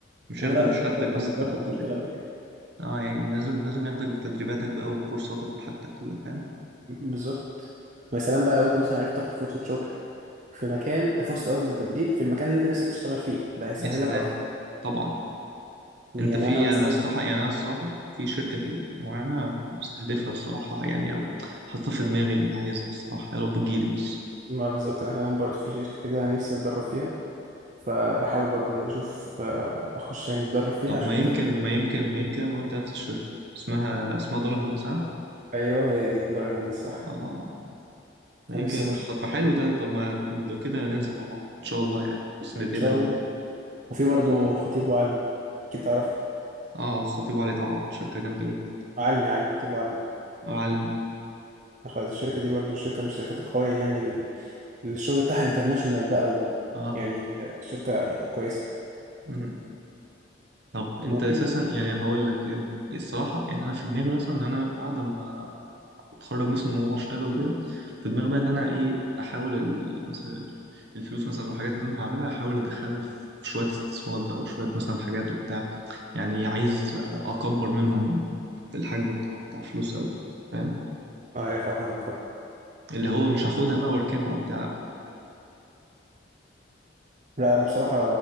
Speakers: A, on the right; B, on the right.
A: مش
B: آه
A: هياخدك
B: لا
A: بشهادتك
B: لازم تبقى
A: بس
B: متدرب
A: بتاعت الكليه
B: ونشتغل بعد كده
A: اه يعني لازم لازم ياخدك بتدريباتك بقى وبكورساتك وبحاجتك كلها فاهم
B: بالظبط ويا سلام بقى لو انت مثلا عرفت تاخد فرصه شغل في مكان فرصه قصدي تدريب في المكان اللي انت نفسك تشتغل فيه ده هيسهلك
A: يا سلام
B: اكتر
A: طبعا
B: يعني
A: انت في
B: انا مثلا
A: انا الصراحه يعني انا الصراحه في شركه كده وانا مستهدفها الصراحه يعني او حاططها في دماغي انا عايزها الصراحه يا رب تجيلي بس
B: ما بالظبط انا كمان برضو في شركه كده نفسي اتدرب فيها فبحاول برضو ان أنا اشوف آه، اخش يعني اتدرب فيها
A: طب
B: عشان
A: ما
B: خاطر
A: يمكن
B: <laughs>
A: ما يمكن
B: ده.
A: ما يمكن انا وانت نفس الشركه اسمها اسمها دار الهندسه ها؟
B: ايوه هي دي دار الهندسه صح
A: اه ما
B: انا
A: يمكن
B: نفسي اخش
A: طب ما
B: <laughs>
A: حلو
B: ان
A: ده طب ما لو كده ننزل مع بعض ان شاء الله يعني بس نتقابل
B: شاء
A: احنا
B: الله وفي برضو خطيب وعلمي اكيد تعرف
A: اه خطيب علي طبعا شركه جامده جدا
B: علمي علمي خطيب وعلمي
A: وعلمي
B: يعني خلاص الشركه دي برضو شركه من الشركات القويه يعني ال- الشغل بتاعها انترناشونال بقى و
A: اه
B: يعني آه، شركه كويسه
A: مم. طب انت
B: وفي
A: اساسا يعني هقول لك انت الصراحه يعني انا في دماغي مثلا ان انا بعد ما واتخرج مثلا وهو اشتغل وكده في دماغي بقى ان انا ايه احاول ال- مثلا الفلوس مثلا لو الحاجات اللي انا هعملها احاول ادخلها في في شويه استثمارات بقى وشويه مثلا حاجات وبتاع يعني عايز اكبر منهم الحجم بتاعه بتاع فلوس قوي فاهم
B: اه يا فاهمك فاهمك
A: اللي هو مش هاخدها بقى واركنها وبتاع لا
B: لا انا بصراحه